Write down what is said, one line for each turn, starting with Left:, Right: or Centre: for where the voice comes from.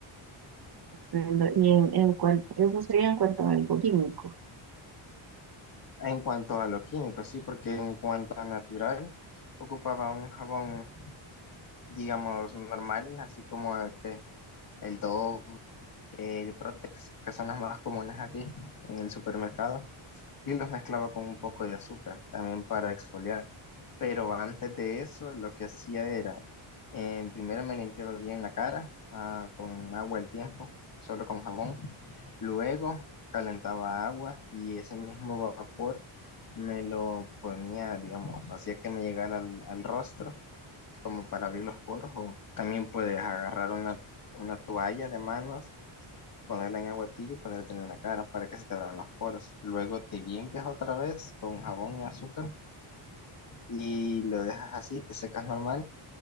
Right: En- Y en, en cuanto, eso sería en cuanto a algo químico.
Left: En cuanto a lo químico, sí, porque en cuanto a natural, ocupaba un jabón, digamos, normal, así como el que el Dove, el Protex, que son las más comunes aquí en el supermercado. y los mezclaba con un poco de azúcar también para exfoliar. Pero antes de eso, lo que hacía era, eh, primero me limpiaba bien la cara ah, con agua al tiempo, solo con jabón. Luego calentaba agua y ese mismo vapor me lo ponía, digamos, hacía que me llegara al, al rostro, como para abrir los poros, o también puedes agarrar una, una toalla de manos ponerla en agua tibia y ponerte en la cara para que se te abran los poros. Luego te limpias otra vez con jabón y azúcar y lo dejas así, te secas normal.